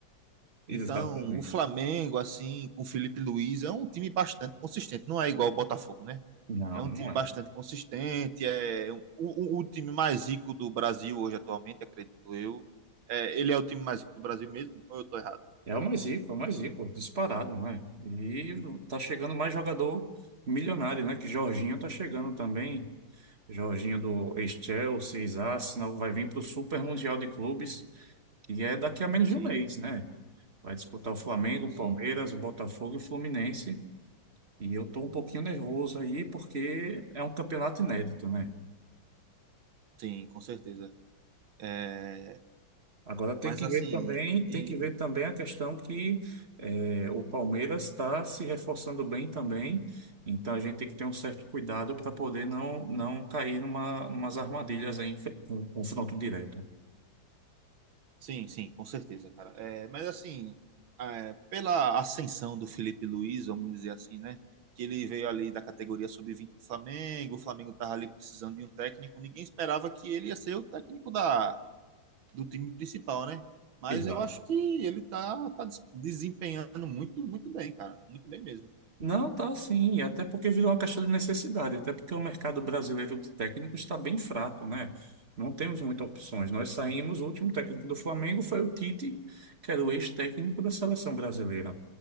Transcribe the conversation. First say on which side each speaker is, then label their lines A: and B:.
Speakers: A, on the right (about 35°); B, on the right (about 75°).
A: Exatamente.
B: então o Flamengo, assim, com Felipe Luiz, é um time bastante consistente. Não é igual o Botafogo, né?
A: Não,
B: É um
A: não
B: time
A: é.
B: bastante consistente, é um- o, o, o time mais rico do Brasil hoje atualmente, acredito eu. É, ele é o time mais rico do Brasil mesmo, ou eu tô errado?
A: É o mais rico, é o mais rico, disparado, né? E tá chegando mais jogador milionário, né? Que Jorginho tá chegando também. Jorginho do ex-Chelsea, ex-Arsenal, vai vir para o Super Mundial de Clubes, que é daqui a menos
B: Sim,
A: de um mês, né? Vai disputar o Flamengo,
B: sim,
A: o
B: sim,
A: Palmeiras, o Botafogo e o Fluminense. E eu tô um pouquinho nervoso aí, porque é um campeonato inédito, né?
B: sim, com certeza. É,
A: Agora tem
B: mas
A: que
B: assim,
A: ver também, tem
B: e
A: que ver também a questão que eh, o Palmeiras está se reforçando bem também, então a gente tem que ter um certo cuidado para poder não, não cair numa, numas armadilhas aí, em fe- com confronto direto.
B: Sim, sim, com certeza, cara. É, mas assim, é, pela ascensão do Felipe Luiz, vamos dizer assim, né? Que ele veio ali da categoria sub vinte do Flamengo, o Flamengo estava ali precisando de um técnico, ninguém esperava que ele ia ser o técnico da, do time principal, né? Mas
A: Exato.
B: eu acho que ele tá, tá des- desempenhando muito, muito bem, cara. Muito bem mesmo.
A: Não, tá sim, até porque virou uma questão de necessidade, até porque o mercado brasileiro de técnicos está bem fraco, né? Não temos muitas opções. Nós saímos, o último técnico do Flamengo foi o Tite, que era o ex-técnico da seleção brasileira.